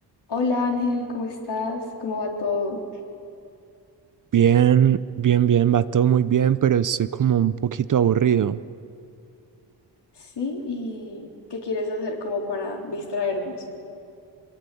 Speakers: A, on the left; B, on the right.
A: Hola Ángel, ¿cómo estás? ¿Cómo va todo?
B: Bien, bien, bien, va todo muy bien, pero estoy como un poquito aburrido.
A: Sí, ¿y qué quieres hacer como para distraernos?